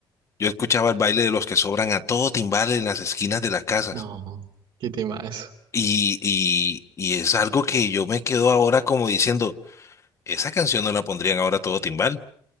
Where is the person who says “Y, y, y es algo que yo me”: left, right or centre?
Left